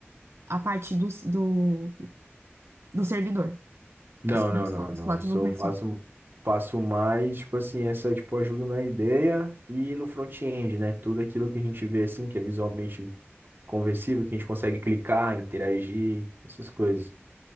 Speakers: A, on the right; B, on the right.
A: a parte do, do, do servidor.
B: Não,
A: assim,
B: não,
A: Só
B: não, não.
A: só
B: Eu
A: desenvolvimento
B: só faço, faço mais, tipo assim, essa, tipo, ajuda na ideia e no front-end, né? Tudo aquilo que a gente vê, assim, que é visualmente conversível, que a gente consegue clicar, interagir, essas coisas.